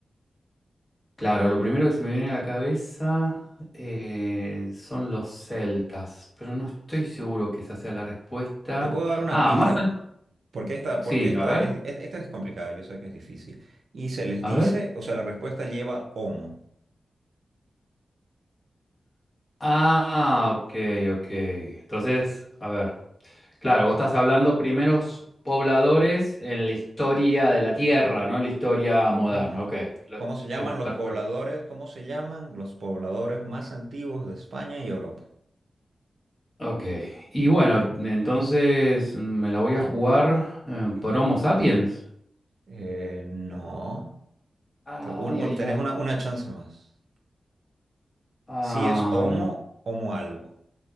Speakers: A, on the left (about 35°); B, on the right (about 75°).
A: Claro, lo primero que se me viene a la cabeza eh, son los celtas, pero no estoy seguro que esa sea la respuesta.
B: Te puedo dar una
A: Ah,
B: pista,
A: más... an-
B: porque esta,
A: Sí,
B: porque esta
A: a ver,
B: es, es- esta es complicada, yo sé que es difícil. Y se les
A: a
B: dice,
A: ver.
B: o sea, la respuesta lleva homo.
A: Ah, ok, ok. Entonces, a ver. Claro, vos estás hablando primeros pobladores en la historia de la Tierra, no la historia moderna.
B: Ujú.
A: Ok, lo-
B: ¿Cómo se llaman
A: eh, perfecto.
B: los pobladores? ¿Cómo se llaman los pobladores más antiguos de España y Europa?
A: Ok, y bueno, entonces me la voy a jugar eh, por Homo sapiens.
B: Eh, no.
A: Ay,
B: Te- un- un-
A: ay,
B: tenés
A: ay.
B: una, una chance más.
A: Am,
B: Si es homo, homo algo.